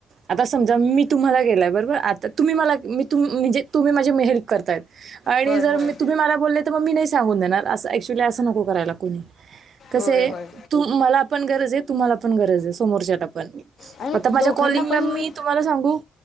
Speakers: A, on the right (about 55°); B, on the left (about 55°).
A: आता समजा मी तुम्हाला गेलाय बरोबर आता तुम्ही मला मी तुम म्हणजे तुम्ही माझे म हेल्प करताय आणि
B: होय
A: जर
B: होय
A: मी तुम्ही मला बोलले तर मग मी नाही सांगून देणार असं ऍक्च्युली असं नको करायला कोणी, कसं
B: होय
A: हे
B: होय
A: तू मला आपण गरज आहे तुम्हाला पण गरज आहे समोरच्याला पण
B: आणि
A: आता माझ्या
B: दोघांना
A: कॉलिंगला
B: पण
A: मी तुम्हाला सांगू